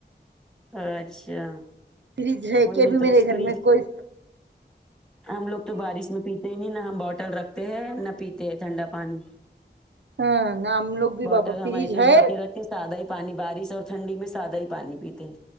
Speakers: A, in the centre; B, on the right.
A: اچھا
B: فریج رہے
A: کوئی
B: کہ
A: نہیں
B: بھی
A: تو
B: میرے گھر
A: فریج
B: میں کوئی
A: ہم لوگ تو بارش میں پیتے ہی نہیں نہ ہم بوٹل رکھ تے ہے نہ پیتے ہے ٹھنڈا پانی
B: ہاں نہ ہم لوگ بھی
A: بوٹل
B: بابا
A: ہم
B: فریج
A: ایسے ہی
B: ہے
A: بھر رکھتے کے سادہ ہی پانی بارش اور ٹھنڈی میں سادہ ہی پانی پیتے ہیں